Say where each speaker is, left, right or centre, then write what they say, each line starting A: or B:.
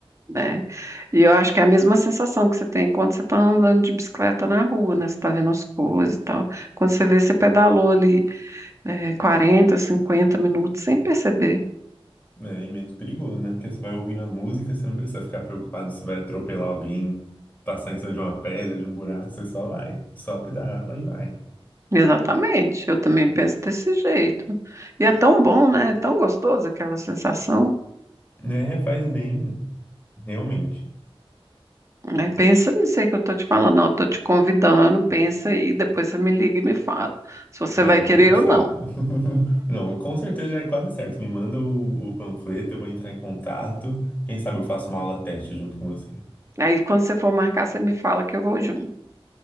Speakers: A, on the right; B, on the left.
A: né? E eu acho que é a mesma sensação que você tem quando você está andando de bicicleta na rua, né? Você está vendo as coisas e tal. Quando você vê, você pedalou ali é, 40, 50 minutos sem perceber.
B: É, e menos perigoso, né? Porque você vai ouvindo a música, você não precisa ficar preocupado se vai atropelar alguém, passar em cima de uma pedra, de um buraco, você só vai, só pedala e vai.
A: Exatamente, eu também penso desse jeito. E é tão bom, né? É tão gostoso aquela sensação.
B: Né? Faz bem, realmente.
A: Né? Pensa nisso aí que eu tô te falando. Não, eu tô te convidando, pensa aí, depois você me liga e me fala se você
B: É,
A: vai
B: eu vou
A: querer
B: pensar.
A: ou não.
B: <laughs> Não, com certeza já é quase certo. Me manda o, o panfleto, eu vou entrar em contato. Quem sabe eu faço uma aula teste junto com você.
A: Aí quando você for marcar, você me fala que eu vou junto.